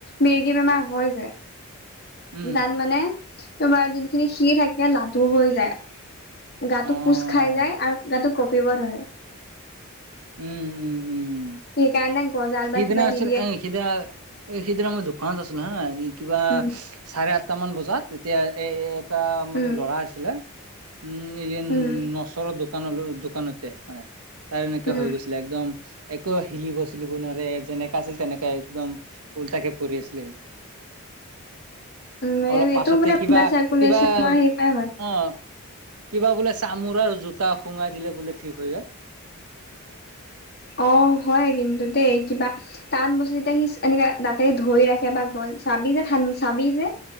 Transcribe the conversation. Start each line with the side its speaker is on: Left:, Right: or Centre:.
Left: মিৰ্গী বেমাৰ হয় যে
Right: উম,
Left: তাত মানে তোমাৰ যোনখিনি সি থাকে লাডু হৈ যায়, গাটো
Right: অ',
Left: কোচ খাই যায় আৰু গাটো কঁপিব ধৰে।
Right: উম, উম। উম।
Left: সেইকাৰণে গজাল
Right: সিদিনা
Left: বা কিবা
Right: আছিল
Left: দি দিয়ে।
Right: এ সিদিনা এই সিদিনা মই দোকানত আছিলো হা, কিবা
Left: উম
Right: চাৰে আঠ টামান বজাত এতিয়া এ, এটা মানে
Left: উম
Right: ল'ৰা আছিলে উম, এই যে
Left: উম
Right: নচৰৰ দোকান দোকানতে মানে। তাৰ এনেককাে
Left: উম
Right: হৈ গৈছিলে, একদম একো চিলিব গুণৰে যেনেকা আছিল তেনেকাে একদম উল্টাকে পৰি আছিলে সি।
Left: উম,
Right: অলপ
Left: এইটো
Right: পাছতে
Left: মানে
Right: কিবা,
Left: ব্লাড চাৰ্কুলেশ্যনৰ
Right: কিবা
Left: হেৰি পৰাই হয়।
Right: অ' কিবা বোলে চামোৰাৰ জোতা সোঙাই দিলে বোলে ঠিক হৈ যায়।
Left: অ' হয় কিন্তু দেই কিবা টান বস্তু সি এনেকে দাতে ধৰি ৰাখে বা গল চাবি যোন চাবি যে